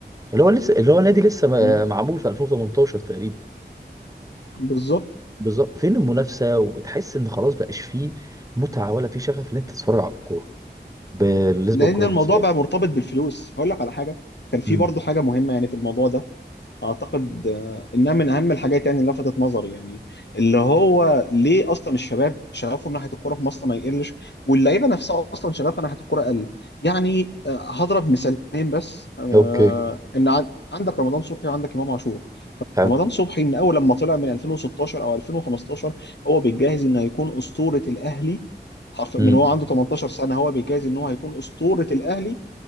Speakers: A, on the right; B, on the left.
A: اللي هو لسه اللي هو نادي لسه ما-
B: مم.
A: معمول في 2018 تقريبا
B: بالظبط
A: فبالظبط فين المنافسه وتحس ان خلاص بقاش فيه متعه ولا فيه شغف ان انت تتفرج على الكوره بالنسبه
B: لان
A: للكوره
B: الموضوع
A: المصريه
B: بقى مرتبط بالفلوس هقول لك على حاجه كان في
A: امم
B: برضه حاجه مهمه يعني في الموضوع ده اعتقد آه، انها من اهم الحاجات يعني اللي لفتت نظري يعني اللي هو ليه اصلا الشباب شغفهم ناحيه الكوره في مصر ما يقلش واللعيبه نفسها اصلا شغفها ناحيه الكوره قل يعني آه، هضرب مثالين بس آه،
A: اوكي
B: ان عن- عندك رمضان صبحي وعندك امام عاشور
A: حلو
B: رمضان صبحي من اول لما طلع من 2016 او 2015 هو بيتجهز انه هيكون اسطوره الاهلي حرف من
A: امم
B: هو عنده 18 سنه هو بيجهز ان هو هيكون اسطوره الاهلي